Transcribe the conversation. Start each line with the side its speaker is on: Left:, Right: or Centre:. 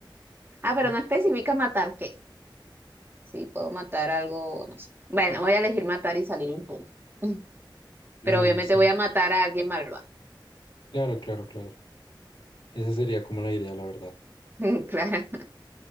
Right: Ah,
Left: Ujú.
Right: pero no especifica matar qué. Sí, puedo matar algo, no sé. Bueno, voy a elegir matar y salir impune. <laughs>
Left: Bueno,
Right: Pero obviamente
Left: sí.
Right: voy a matar a alguien malvado.
Left: Claro, claro, claro. Esa sería como la idea, la verdad.
Right: <laughs> Claro.